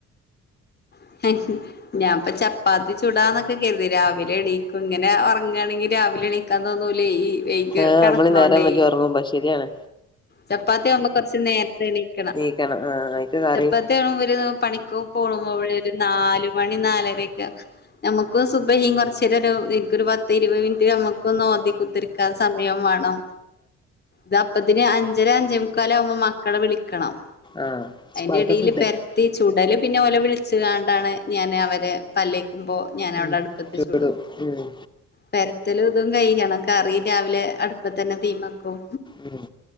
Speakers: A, on the left; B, on the left.
A: <inaudible> ഞ്ഞാംപ്പ ചപ്പാത്തി ചൂടാന്നൊക്കെ കര്തി. രാവിലെ എണീക്കും ങ്ങനെ ഒർങ്ങാണെങ്കി രാവിലെ എണീ- ക്കാ തോന്നൂലേ ഈ വൈക്ക്
B: ആഹ്
A: കടക്ണോണ്ടേയ്.
B: നമ്മള് നേരം വൈകി ഒറങ്ങുമ്പോ ശരിയാണ്
A: ചപ്പാത്തിയാവുമ്പോ കുറച്ച് നേരത്തെണീക്കണം.
B: നീക്കണം ആഹ് അയിക്ക് കറി
A: ചപ്പാത്തിയാവുമ്പോ ഇവര് പണിക്കോ <unintelligible> ഒരു നാല് മണി നാലരക്കെ നമ്മക്ക് സുബഹിം കൊർച്ചേരരു ദിക്ർ പത്ത് ഇരുപ മിൻറ്റ് ഞമ്മക്കൊന്നോതി കുത്തര്ക്കാ സമയം വാണം. ദാ പ്പത്തിന് അഞ്ചര അഞ്ചേ മുക്കാലാവുമ്പോ മക്കളെ വിളിക്കണം.
B: ആഹ്
A: അയ്ന്റെടീല്
B: മദ്രസണ്ട്
A: പെര്ത്തി- ചുടല് പിന്നെ ഓലെ വിൾച്ച്ങ്ങാണ്ടാണ് ഞാൻ അവരെ പല്ലേക്കുമ്പോ, ഞാനൗടെ
B: ഉം
A: അട്പ്പത്ത്
B: ചൂടും
A: ചുടും.
B: ഉം
A: പെര്ത്തലു തും കയ്യണം, കറി രാവിലെ അടുപ്പത്തന്നെ തീമക്കും.
B: ഉം.